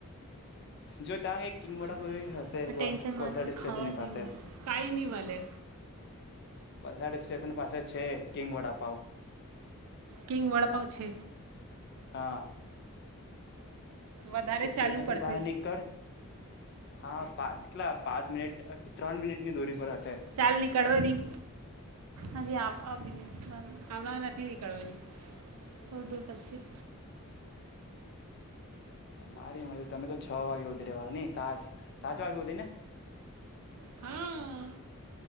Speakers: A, on the left; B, on the right.
A: જો તા એક કિંગ <unintelligible>
B: ખાને. પણ ટેન્શનમાં
A: વલસાડ
B: હતું
A: સ્ટેશનની
B: ખાવાતું
A: પાસે.
B: નહીં મળે. કાંઈ નહીં મળે
A: વલસાડ સ્ટેશન પાસે છે કિંગ વડાપાવ.
B: કિંગ વડાપાવ છે.
A: હા
B: વધારે
A: સ્ટેશનથી
B: ચાલવું પડશે
A: બાર નીકળ હા પાચ કેટલા પાંચ મિનિટ ત્રણ મિનિટની દૂરી પર હશે.
B: ચાલ નીકળ વડી. હજી <unintelligible> હમણાં નથી નીકળવાની થોડ દૂર પછી
A: તમારી મરજી તમે તો છ વાગે સુધી રેવાના નહી સાત સાત વાગે સુધી ને?
B: હા.